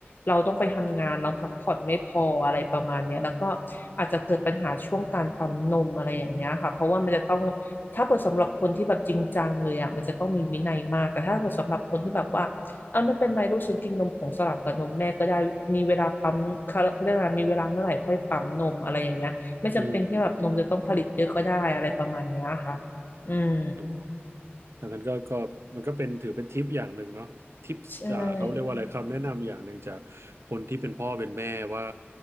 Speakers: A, on the left (about 50°); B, on the right (about 80°).
A: เราต้องไปทำงานเราพักผ่อนไม่พออะไรประมาณเนี้ยแล้วก็อาจจะเกิดปัญหาช่วงการปั๊มนมอะไรอย่างเงี้ยค่ะเพราะว่ามันจะต้องถ้าเปิดสำหรับคนที่แบบจริงจังเลยอ่ะมันจะต้องมีวินัยมากแต่ถ้าเปิดสำหรับคนที่แบบว่า ออาไม่เป็นไรลูกฉันกินนมผงสลับกับนมแม่ก็ได้มีเวลาปั๊มเขาเขาเรียกว่ามีเวลาเมื่อไหร่ค่อยปั๊มนมอะไรอย่างเงี้ยไม่จำเป็นที่แบบนมจะต้องผลิตเยอะก็ได้อะไรประมาณเนี้ยค่ะ
B: อืม
A: อืม
B: อ๋อ ดังนั้นก็ก็มันก็เป็นถือเป็นทิปอย่างหนึ่งเนาะทิปอ่าเขาเรียกว่าอะไรคำแนะนำอย่างหนึ่งจากคนที่เป็นพ่อเป็นแม่ว่า
A: ใช่